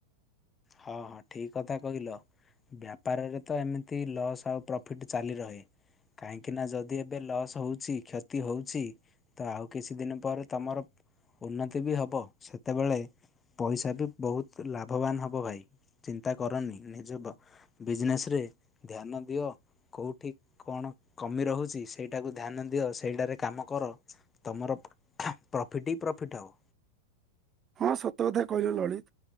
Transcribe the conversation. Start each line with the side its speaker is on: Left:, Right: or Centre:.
Left: ହଁ ହଁ ଠିକ୍ କଥା କହିଲ। ବ୍ୟାପାରରେ ତ ଏମିତି ଲସ୍ ଆଉ ପ୍ରଫିଟ୍ ଚାଲିରହେ। କାହିଁକି ନା ଯଦି ଏବେ ଲସ୍ ହୋଉଛି କ୍ଷତି ହୋଉଛି ତ ଆଉ କିଛି ଦିନ ପରେ ତମର ଉନ୍ନତି ବି ହେବ ସେତେବେଳେ ପଇସା ବି ବୋହୁତ ଲାଭବାନ ହ ହବ ଭାଇ ଚିନ୍ତା କରନି ନିଜ ବ-ବିଜନେସ୍‌ରେ ଧ୍ୟାନ ଦିଅ। କୋଉଠି କଣ କମି ରହୁଛି ସେଇଟାକୁ ଧ୍ୟାନ ଦିଅ ସେଇଟାରେ କାମ କର ତମର ପ୍ରଫିଟ୍ ହି ପ୍ରଫିଟ୍ ହବ।
Right: ହଁ ସତ କଥା କହିଲ ଲଳିତ